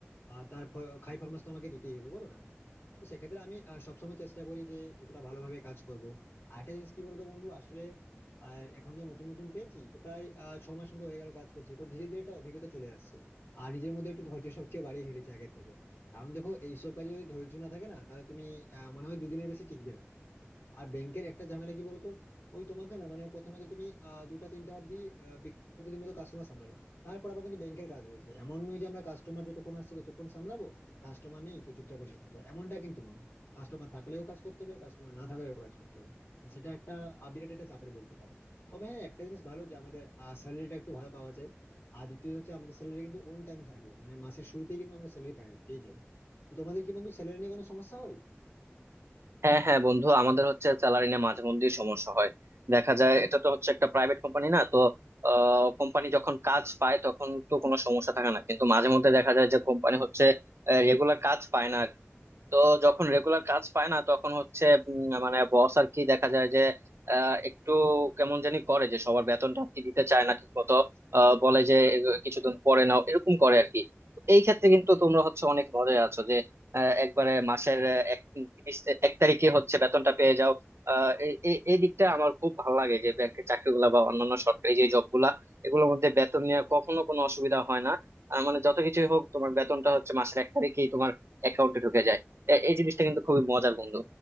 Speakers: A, on the left; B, on the right.
A: আহ, তার ফ- খাই ফরমাস তো আমাকে দিতেই হবে বলো না তো সেক্ষেত্রে আমি আহ, সবসময় চেষ্টা করি যে যতটা ভালোভাবে কাজ করব আর একটা জিনিস কি বলতো বন্ধু আসলে আর এখন তো নতুন নতুন পেয়েছি তো প্রায় আহ, ছ মাস মতো হয়ে গেল কাজ করছি তো ধীরে ধীরে একটা অভিজ্ঞতা চলে আসছে আর নিজের মধ্যে একটু ধৈর্য শক্তিও বাড়িয়ে ফেলেছি আগের থেকে কারণ দেখো এইসব কাজে যদি ধৈর্য না থাকে না তাহলে তুমি আহ, মনে হয় দুদিনের বেশি টিকবে না আর ব্যাংকের একটা ঝামেলা কি বলতো ওই তোমাকে না মানে প্রথমে তো তুমি আহ, দুটা তিনটা অব্দি আহ, বিকেল অব্দি তুমি তো কাস্টমার সামলাবে তারপর আবার কিন্তু ব্যাংকের কাজ রয়েছে এমন নয় যে আমরা কাস্টমার যতক্ষণ আসছে ততক্ষণ সামলাবো কাস্টমার নেই তো চুপচাপ বসে থাকবো এমনটা কিন্তু নয় কাস্টমার থাকলেও কাজ করতে হবে কাস্টমার না থাকলেও কাজ করতে হবে আর সেটা একটা আহ, বিরাট একটা চাপের বলতে পারো তবে হ্যাঁ একটা জিনিস ভালো যে আমাদের স্যালারিটা একটু ভালো পাওয়া যায় আর দ্বিতীয় হচ্ছে আমাদের স্যালারি কিন্তু অন টাইম থাকে মানে মাসের শুরুতেই কিন্তু আমরা স্যালারি পাই পেয়ে যাই তো তোমাদের কি বন্ধু স্যালারি নিয়ে কোনো সমস্যা হয়
B: হ্যাঁ হ্যাঁ বন্ধু আমাদের হচ্ছে স্যালারি নিয়ে মাঝে মধ্যেই সমস্যা হয় দেখা যায় এটা তো হচ্ছে একটা প্রাইভেট কোম্পানি না তো কোম্পানি যখন কাজ পায় তখন তো কোনো সমস্যা থাকে না কিন্তু মাঝে মধ্যে দেখা যায় যে কোম্পানি হচ্ছে রেগুলার কাজ পায় না তো যখন রেগুলার কাজ পায় না তখন হচ্ছে উম, মানে বস আর কি দেখা যায় যে আহ, একটু কেমন জানি করে যে সবার বেতনটা আর কি দিতে চায় না ঠিক মতো বলে যে এগ- কিছুদিন পরে নাও এরকম করে আর কি এই ক্ষেত্রে কিন্তু তোমরা হচ্ছে অনেক মজায় আছো যে আহ, একবারে মাসের আহ, এক তিরিশ তে- এক তারিখে হচ্ছে বেতনটা পেয়ে যাও আহ, এই এই এই দিকটা আমার খুব ভালো লাগে যে ব্যাংকের চাকরিগুলা বা অন্যান্য সরকারি যে জবগুলা এগুলোর মধ্যে বেতন নিয়ে কখনো কোনো অসুবিধা হয় না আহ, মানে যত কিছুই হোক তোমার বেতনটা হচ্ছে মাসের এক তারিখেই তোমার অ্যাকাউন্টে ঢুকে যায় এ- এই জিনিসটা কিন্তু খুবই মজার বন্ধু